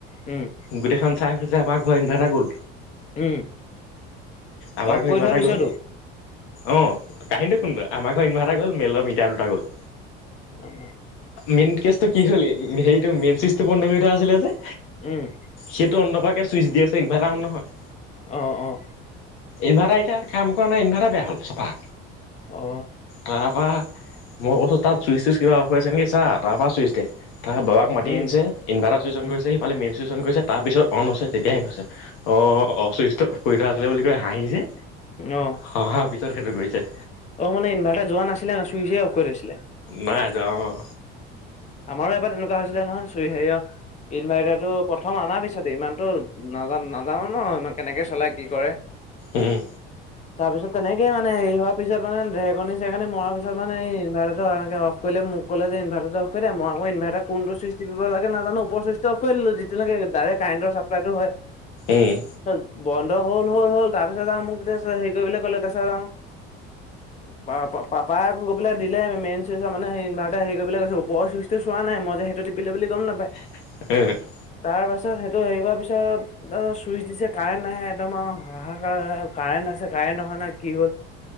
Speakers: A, on the left (about 35°); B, on the left (about 75°).
A: উম,
B: গোটেইখন চাই ফুৰিছে আমাৰ ঘৰত ইনভাৰ্টাৰ গ'ল।
A: উম,
B: আমাৰ
A: অফ
B: ঘৰ
A: কৰি
B: ইনভাৰ্টাৰ
A: থোৱাৰ পিছতো
B: গ'ল। অঁ কাহিনীটো শুন তই, আমাৰ ঘৰ ইনভাৰ্টাৰ গ'ল মেলৰ মিটাৰ দুটা গ'ল।
A: অঁ
B: মেইন কেচটো কি হলে হেৰিটো মেইন চুইছটো বন্ধ কৰি থোৱা আছিলে যে।
A: উম
B: সেইটো অন নকৰাকে চুইচ দি আছে ইনভাৰ্টাৰ অন নহয়।
A: অঁ অঁ
B: ইনভাৰ্টাৰ এতিয়া কাম কৰা নাই ইনভাৰ্টাৰ বেয়া হ'ল চফা।
A: অ
B: তাৰ পৰা মই কৈছো তাত চুইচ চুইচ কিবা অফ হৈ আছে নেকি চা, তাৰ পৰা চুইচ দে তাৰপাছত বাবাক মাতি
A: উম,
B: আনিছে ইনভাৰ্টাৰ চুইচ অন
A: উম,
B: কৰিছে সিফালে মেইন চইছ অন কৰিছে তাৰ পিছত অন হৈছে তেতিয়াহে হৈছে। অ চুইছটো অফ কৰি থোৱা আছিলে বুলি কয় হাঁহিছে।
A: অঁ
B: হহাঁৰ পিছত সেইটো কৰিছে।
A: অ মানে ইনভাৰ্টাৰ যোৱা নাছিলে ন ছুইচে অফ কৰি থৈছিলে।
B: নাই যোৱা অঁ।
A: আমাৰো এবাৰ তেনেকুৱা হৈছিলে নহয় চুই হেৰিয়। ইনভাৰটাৰটো প্ৰথম অনা পিছতে ইমানতো নাজা নাজানো ন ইমান কেনেকে চলোই কি কৰে।
B: উম
A: তাৰপিছত তেনেকেই মানে হেৰি হোৱাৰ তাৰপিছত তেনেকেই মানে হেৰি হোৱা পাছত ঢেৰিকণি চেৰেকনি মৰা পিছত মানে ইনভাৰ্টাৰটো এনেকে অফ কৰিলে মোক ক'লে যে ইনভাৰ্টাৰটো অফ কৰি দে মই আকৌ ইনভাৰ্টাৰ কোনটো চুইছ তিপিব লাগে নাজানো ওপৰ চুইচ অফ কৰি দিলোঁ। আজিলেকে ডাইৰেক্ট কাৰেণ্টৰ চাপ্লাইতটো হয়।
B: উম
A: ত বন্ধ হল হ'ল হ'ল তাৰপিছত আৰু মোক কৈছে হেৰি কৰিবলৈ ক'লে তাৰ পিছত আও পা-পা-পাপাই আকৌ গৈ পেলাই দিলে মেইন চুইচৰ মানে ইনভাৰ্টাৰ হেৰি <unintelligible> কৈছো। মই চুইটো চোৱা নাই, মই যে সেইটো টিপিলে বুলি গম নাপায়।
B: <unintelligible>
A: তাৰ পাছত সেইটো সেৰি কৰা পিছত <unintelligible> চুইচ দিছে কাৰেণ্ট নাহে একদম আৰু হাহাকাৰ কাৰেণ্ট আছে কাৰেণ্ট অহা নাই কি হ'ল।